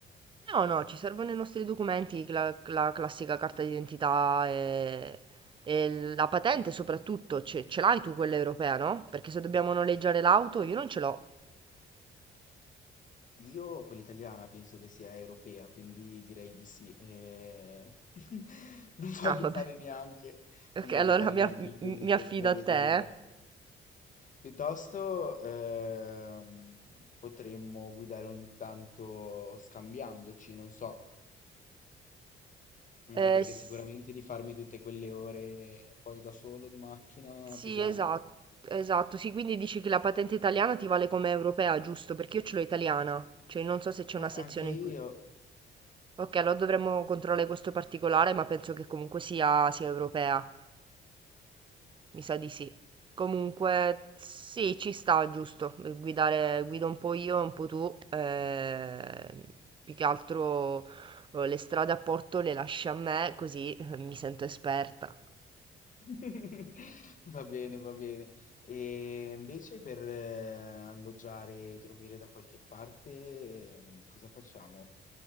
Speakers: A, on the right; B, on the left.
A: No, no, ci servono i nostri documenti, cla la classica carta d'identità e e la patente soprattutto. Ce ce l'hai tu quella europea, no? Perché se dobbiamo noleggiare l'auto io non ce l'ho.
B: Io, quella italiana, penso che sia europea, quindi direi di sì. eh, <laughs> non voglio
A: Ah, vabbè.
B: fare neanche,
A: Ok,
B: non voglio
A: allora
B: fare
A: mi,
B: neanche
A: aff-
B: il
A: mi-
B: turista
A: mi affido
B: sprovveduto.
A: a te. Eh,
B: Piuttosto, ehm, potremmo guidare ogni tanto scambiandoci, non so. Anche
A: Eh,
B: perché
A: s-
B: sicuramente di farmi tutte quelle ore poi da solo di macchina
A: sì,
B: pesante.
A: esatto, esatto. Sì, quindi dici che la patente italiana ti vale come europea, giusto? Perché io ce l'ho italiana, cioè non so se c'è
B: Ah,
A: una sezione
B: anche io.
A: in cui... Ok, allora dovremmo controllare questo particolare, ma penso che comunque sia, sia europea. Mi sa di sì. Comunque, sì, ci sta, giusto. Eh, Guidare, guido un po' io, un po' tu. eh, più che altro eh, le strade a Porto le lasci a me, così eh, mi sento esperta.
B: <laughs> Va bene, va bene. E invece per eh, alloggiare e dormire da qualche parte, ehm, cosa facciamo?